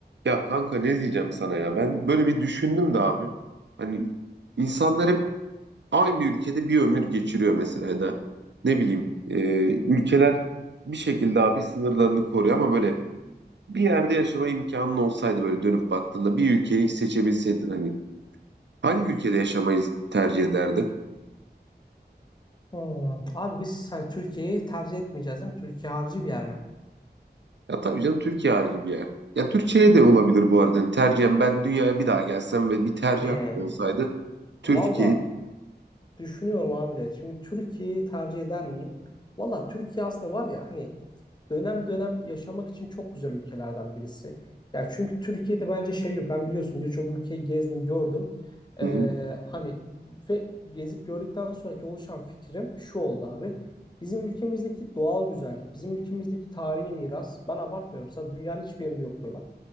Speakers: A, on the right (about 85°); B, on the left (about 25°).
A: Ya kanka ne diyeceğim sana ya? Ben böyle bir düşündüm de abi. Hani insanlar hep aynı ülkede bir ömür geçiriyor mesela ya da ne bileyim e, ülkeler bir şekilde abi sınırlarını koruyor ama böyle bir yerde yaşama imkanın olsaydı böyle dönüp baktığında bir ülkeyi seçebilseydin hani hangi ülkede yaşamayı tercih ederdin?
B: Hmm. Abi biz hani Türkiye'yi tercih etmeyeceğiz değil mi? Türkiye harici bir yer mi?
A: Ya tabii canım Türkiye harici bir yer. Ya Türkiye de olabilir bu arada. Yani tercihen ben dünyaya bir daha gelsem ve bir tercih
B: Hmm.
A: hakkı olsaydı Türkiye.
B: Valla düşünüyorum abi de. Şimdi Türkiye'yi tercih eder miyim? Valla Türkiye aslında var ya hani dönem dönem yaşamak için çok güzel ülkelerden birisi. Ya çünkü Türkiye'de bence şey yok. Ben biliyorsun birçok ülkeyi gezdim, gördüm. Ee,
A: Hı hı,
B: hani ve gezip gördükten sonraki oluşan fikrim şu oldu abi. Bizim ülkemizdeki doğal güzellik, bizim ülkemizdeki tarihi miras. Ben abartmıyorum. Sana dünyanın hiçbir yerinde yoktur bak.